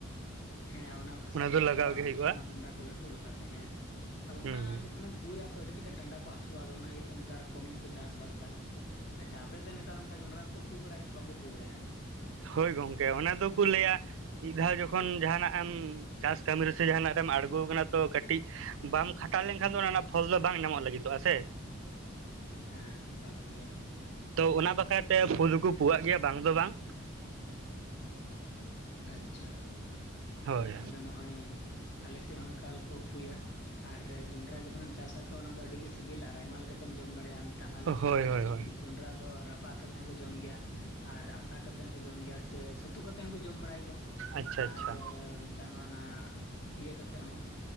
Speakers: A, on the left; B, on the right.
A: ᱦᱮᱸ ᱚᱱᱟ ᱦᱟᱸᱥᱟ ᱠᱚᱠᱚ
B: ᱫᱚ
A: ᱞᱟᱜᱟᱣ ᱟᱜᱼᱟ
B: ᱜᱮ ᱦᱩᱭᱩᱜᱼᱟ
A: ᱡᱟᱛᱮ ᱚᱱᱟ ᱜᱩᱱᱰᱟ ᱠᱚ ᱞᱟᱹᱴᱩ ᱞᱮᱠᱟᱛᱮ ᱛᱟᱸᱦᱮᱜ ᱟᱫᱚ
B: ᱦᱩᱸ
A: ᱚᱱᱟ
B: ᱦᱩᱸ
A: ᱡᱚᱠᱷᱚᱱᱮᱢ ᱯᱩᱭᱟᱛᱚ ᱟᱹᱰᱤ ᱠᱟᱡᱟᱠ ᱰᱟᱸᱰᱟ ᱠᱚ ᱦᱟᱹᱥᱩᱼᱟ ᱟᱫᱚ ᱚᱱᱟ ᱤᱭᱟᱹᱛᱮ ᱱᱮᱛᱟᱨ ᱠᱚᱢ ᱧᱚᱜ ᱠᱚ ᱪᱟᱥ ᱵᱟᱥ ᱫᱟ᱾ ᱟᱪᱪᱷᱟ ᱟᱯᱮ ᱥᱮᱫ ᱱᱮᱛᱟᱨ ᱚᱱᱠᱟ ᱡᱚᱱᱰᱨᱟ ᱠᱚ ᱯᱩ ᱵᱟᱲᱟᱭᱟ ᱥᱮ ᱵᱟᱠᱚ ᱯᱩ ᱵᱟᱲᱟᱭᱟ᱾
B: ᱦᱳᱭ ᱜᱚᱢᱠᱮ ᱚᱱᱟ ᱫᱚᱠᱚ ᱞᱟᱹᱭᱟ ᱢᱤᱫ ᱫᱷᱟᱣ ᱡᱚᱠᱷᱚᱱ ᱡᱟᱦᱟᱱᱟᱜ ᱮᱢ ᱪᱟᱥ ᱠᱟᱹᱢᱤ ᱨᱮᱥᱮ ᱡᱟᱦᱟᱱᱟᱜ ᱨᱮᱢ ᱟᱬᱜᱚ ᱟᱠᱟᱱᱟ ᱛᱚ ᱠᱟᱹᱴᱤᱡ ᱵᱟᱢ ᱠᱷᱟᱴᱟᱣ ᱞᱮᱱᱠᱷᱟᱱ ᱫᱚ ᱚᱱᱟ ᱨᱮᱱᱟᱜ ᱯᱷᱚᱞ ᱫᱚ ᱵᱟᱝ ᱧᱟᱢᱚᱜ ᱞᱟᱹᱜᱤᱫᱚᱜᱼᱟ ᱥᱮ
A: ᱦᱮᱸ ᱚᱱᱠᱟ ᱠᱟᱱ ᱜᱮᱭᱟ᱾
B: ᱛᱚ ᱚᱱᱟ ᱵᱟᱠᱷᱨᱟ ᱛᱮ ᱯᱷᱩ ᱫᱚᱠᱚ ᱯᱩ ᱟᱜ ᱜᱮᱭᱟ ᱵᱟᱝ ᱫᱚ ᱵᱟᱝ
A: ᱟᱪᱪᱷᱟ
B: ᱦᱳᱭ
A: ᱟᱫᱚ ᱱᱚᱜᱼᱚᱭ ᱟᱞᱮ ᱥᱮᱫ ᱦᱚᱸ ᱮᱠᱟᱞ ᱠᱚ ᱯᱩᱭᱟ᱾ ᱟᱨ ᱡᱚᱱᱰᱨᱟ ᱡᱚᱠᱷᱚᱱᱮᱢ ᱪᱟᱥᱟ ᱛᱚ ᱚᱱᱟ ᱫᱚ ᱟᱹᱰᱤ ᱜᱮ ᱥᱤᱵᱤᱞᱟ ᱟᱨ ᱟᱭᱢᱟ ᱞᱮᱠᱟ ᱞᱮᱠᱟᱛᱮᱢ ᱡᱚᱢ ᱫᱟᱲᱮᱭᱟᱜᱼᱟ᱾ ᱢᱮᱛᱟᱜ ᱢᱮ ᱟᱞᱮ ᱥᱮᱫ
B: ᱦᱳᱭ
A: ᱫᱚ᱾
B: ᱦᱳᱭ ᱦᱳᱭ
A: ᱡᱚᱸᱰᱨᱟ ᱫᱚ ᱨᱟᱯᱟᱜ ᱠᱟᱛᱮ ᱦᱚᱸᱠᱚ ᱡᱚᱢ ᱜᱮᱭᱟ ᱟᱨ ᱟᱛᱟ ᱠᱟᱛᱮ ᱦᱚᱸᱠᱚ ᱡᱚᱢ ᱜᱮᱭᱟ ᱥᱮ ᱪᱷᱟᱹᱛᱩ ᱠᱟᱛᱮ ᱦᱚᱸᱠᱚ ᱡᱚᱢ ᱵᱟᱲᱟᱭ ᱜᱮᱭᱟ᱾
B: ᱟᱪᱪᱷᱟ ᱟᱪᱪᱷᱟ
A: ᱟᱨ ᱢᱮᱛᱟᱜ ᱢᱮ ᱚᱱᱟ ᱤᱭᱟᱹ ᱠᱟᱛᱮᱫ ᱦᱚ᱾